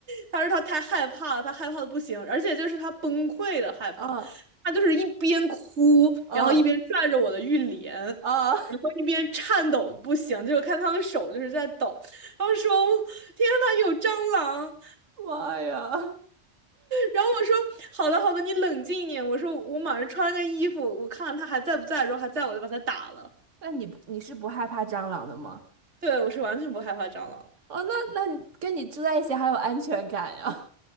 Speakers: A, on the right; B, on the right.
A: 他说他太害怕了，他害怕的不行，而且就是他崩溃的害怕，
B: 嗯
A: 他就是一边哭，
B: 嗯。
A: 然后一边拽着我的浴帘，然后一边颤抖得不行，
B: 啊，
A: 就是看他的手就是在抖，然后说天呐，有蟑螂！
B: <laughs> 妈呀！
A: 然后我说好的好的，你冷静一点。我说我马上穿个衣服，我看看他还在不在。如果还在，我就把他打了。
B: 那你不你是不害怕蟑螂的吗？
A: 对，我是完全不害怕蟑螂。
B: 哦，那那你跟你住在一起好有安全感呀。